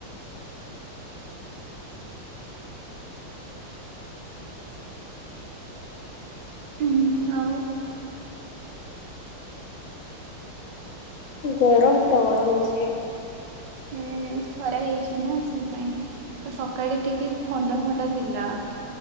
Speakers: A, on the right; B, on the left.
A: ହୁଁ ଆଉ।
B: ଗରମ ପ୍ରବଳ ହଉଛି।
A: ହୁଁ ଖରା ହେଇଛି ନା ସେଇପାଇଁ। ଆଉ ସକାଳେ ଟିକେ ଥଣ୍ଡା ଥଣ୍ଡା ଥିଲା